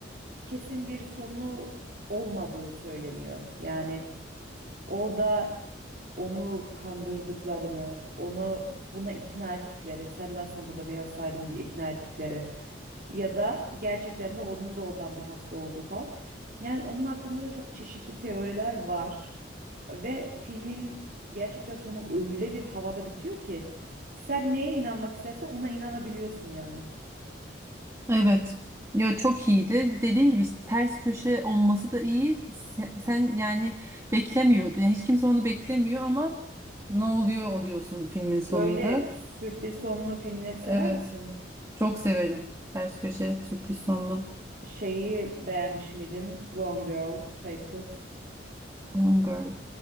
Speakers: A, on the right; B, on the right.
A: kesin bir sonu olmadığı söyleniyor. Yani orada onu kandırdıklarını, onu buna ikna ettikleri, sen de aslında burada bir hastaydın diye ikna ettikleri ya da gerçekten de onun da oradan bir hasta olduğu falan. Yani onun hakkında da çok çeşitli teoriler var ve filmin gerçekten sonu öyle bir havada bitiyor ki sen neye inanmak istersen ona inanabiliyorsun yani.
B: Evet. Ya çok iyiydi. Dediğin gibi ters köşe olması da iyi. Sen, sen yani beklemiyordun. Yani hiç kimse onu beklemiyor ama ne oluyor oluyorsun filmin
A: Böyle
B: sonunda.
A: sürpriz sonlu filmleri sever
B: Evet.
A: misin?
B: Çok severim. Ters köşe sürpriz sonlu.
A: Şeyi beğenmiş miydin? Gone Girl, Kayıp Kız.
B: Gone Girl.